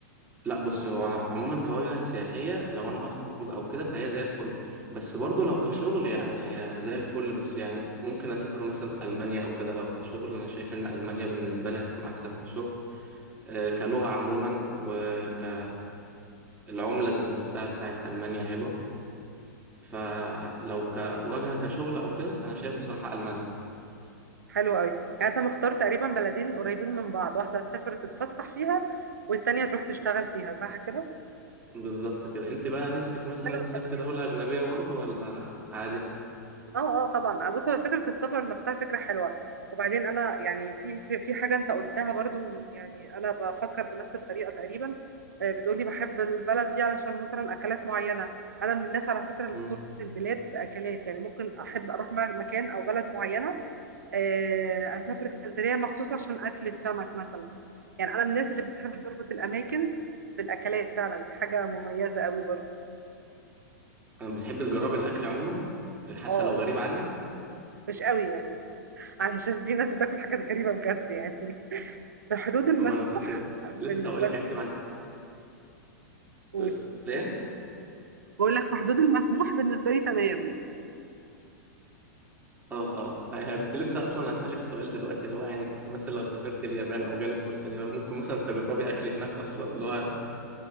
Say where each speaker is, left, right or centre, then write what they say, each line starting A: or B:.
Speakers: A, on the right; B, on the right.
A: لا بص هو أنا عموما كوجهة سياحية لو أنا هخرج أو كده فهي زي الفل بس برضو لو كشغل يعني هي زي الفل بس يعني ممكن أسافر مثلا ألمانيا أو كده لو كشغل أنا شايف إن ألمانيا بالنسبة لي هتكون أحسن كشغل آه، كلغة عموما وك العملة ذات نفسها بتاعت ألمانيا حلوة فلو كواجهة كشغل أو كده فأنا شايف بصراحة ألمانيا
B: حلو قوي يعني انت مختار تقريبا بلدين قريبين من بعض واحدة تسافر تتفسح فيها والتانية تروح تشتغل فيها صح كده
A: بالظبط كده أنت بقى نفسك مثلا
B: حلو التخطيط
A: تسافر دولة أجنبية برضو ولا عادي؟
B: اه اه طبعا آه، بص هو فكره السفر نفسها فكره حلوه وبعدين انا يعني في في, في حاجه انت قلتها برضو يعني انا بفكر بنفس الطريقه تقريبا آه، بتقولي بحب البلد دي علشان مثلا اكلات معينه انا من الناس على فكره اللي
A: مم.
B: بتربط البلاد باكلات يعني ممكن احب اروح م- مكان او بلد معينه آه، اسافر اسكندريه مخصوص عشان اكله سمك مثلا يعني انا من الناس اللي بتحب تربط الاماكن بالاكلات فعلا دي حاجه مميزه قوي برضو
A: أنا بتحب تجربي الاكل عموما حتى
B: اه
A: لو
B: اه
A: غريب عنك
B: مش قوي يعني علشان في ناس بتاكل حاجات غريبة بجد يعني <laughs> في حدود المسموح
A: اما انا كنت
B: بالنسبة
A: لسه هقول لك
B: لي
A: انت ما عند-
B: موجود.
A: تقول لي إيه؟
B: بقول لك في حدود المسموح بالنسبة لي تمام
A: اه اه انا كنت لسه اصلا هسالك سؤال دلوقتي اللي هو يعني انت مثلا لو سافرت اليابان او جالك فرصه اليابان ممكن مثلا تجربي اكل هناك اصلا اللي هو